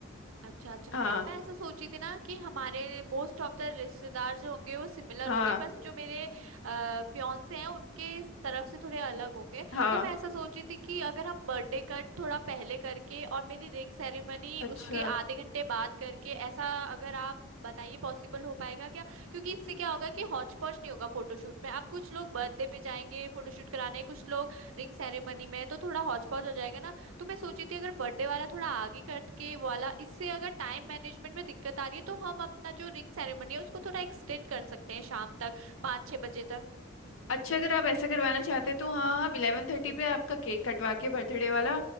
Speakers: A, on the right; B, on the left.
A: अच्छा अच्छा
B: हाँ
A: अ- मैं ऐसा सोची थी ना कि हमारे मोस्ट ऑफ द रिश्तेदार जो होंगे वो सिमिलर
B: हाँ
A: होंगे बस जो मेरे फियांसे हैं उनके इस तरफ से थोड़े अलग होंगे
B: हाँ
A: तो मैं ऐसा सोची थी कि अगर हम बर्थडे कट थोड़ा पहले करके और मेरी रिंग सेरेमनी
B: अच्छा
A: उसके आधे घंटे बाद करके ऐसा अगर आप बताइए पॉसिबल हो पाएगा क्या क्योंकि इससे क्या होगा कि हौच पौच नहीं होगा फोटोशूट पे आप कुछ लोग बर्थडे पे जाएंगे फोटोशूट कराने कुछ लोग रिंग सेरेमनी में तो थोड़ा हौच पौच हो जाएगा ना तो मैं सोची थी अगर बर्थडे वाला थोड़ा आगे करके वाला इससे अगर टाइम मैनेजमेंट में दिक्कत आ रही है तो हम अपना जो रिंग सेरेमनी है उसको थोड़ा एक्सटेंड कर सकते हैं शाम तक पाँच छह बजे तक
B: अच्छा अगर आप ऐसा करवाना चाहते तो हाँ हम इलेवन थर्टी पे आपका केक कटवा के बर्थडे वाला